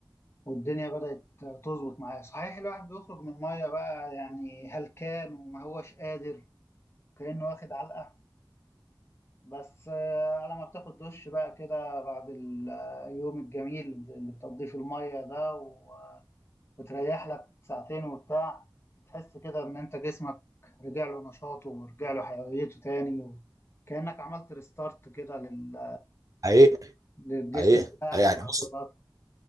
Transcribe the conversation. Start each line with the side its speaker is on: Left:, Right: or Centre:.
Left: والدنيا بدأت تظبط معايا صحيح الواحد بيخرج من المية بقى يعني هلكان وما هوش قادر كأنه واخد علقة بس آه، على ما بتاخد دش بقى كده بعد اليوم الجميل اللي بتقضيه في المية ده و- وتريح لك ساعتين وبتاع بتحس كده إن أنت جسمك رجع له نشاطه ورجع له حيويته تاني وكأنك عملت ريستارت كده لل-
Right: حقيقي
Left: للجسم
Right: حقيقي
Left: بتاعك
Right: حقيقي يعني
Left: والعضلات
Right: بص